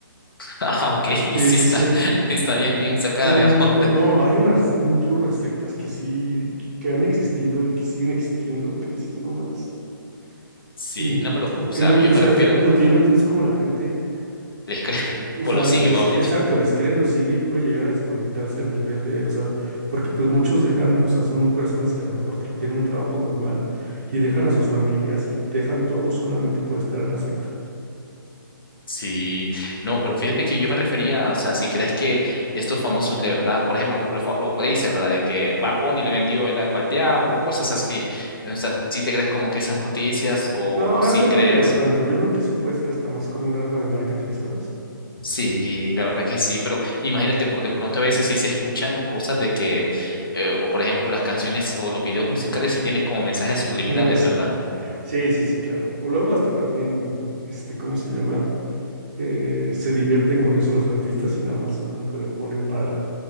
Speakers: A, on the left; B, on the right.
A: Ah, ok, <laughs>
B: Sí,
A: sí
B: sí,
A: está,
B: sí.
A: sí está bien, bien sacada,
B: Sí,
A: digamos.
B: no,
A: <laughs>
B: no, no, hay unas, un churro de sectas que sí, que han existido y que siguen existiendo, que dices, no manches.
A: Sí,
B: Sí,
A: no, pero,
B: que,
A: o sea,
B: que no enti-
A: yo
B: o
A: me
B: sea,
A: refiero,
B: lo que yo no entiendo es cómo la gente,
A: les crees,
B: o
A: <laughs>
B: o
A: o
B: sea,
A: lo sigue,
B: les,
A: mejor dicho.
B: exacto, les cree, lo sigue y puede llegar a desconectarse al nivel de, o sea, porque pues muchos dejan, o sea, son personas que a lo mejor tra- tienen un trabajo normal y dejan a sus familias y dejan todo solamente por estar en la secta.
A: Sí, no, pero fíjate que yo me refería, a, o sea, si crees que estos famosos de verdad, por ejemplo, como lo, fa- lo que dice, ¿verdad? De que Bad Bunny le vendió el alma al diablo, cosas así. O sea, si te crees como que esas noticias o
B: No,
A: si
B: eso
A: crees,
B: no creo tanto. Yo creo que eso puede ser hasta más como un arma de marketing, ¿sabes?
A: sí, la verdad que sí, pero imagínate, por de pronto a veces sí se escuchan cosas de que, eh, o por ejemplo, las canciones o los videos musicales sí tienen como mensajes subliminales,
B: Ah, sí.
A: ¿verdad?
B: Sí, sí, sí, claro. O luego hasta también, este, ¿cómo se llama? eh, se divierten con eso los artistas y nada más como que lo ponen para,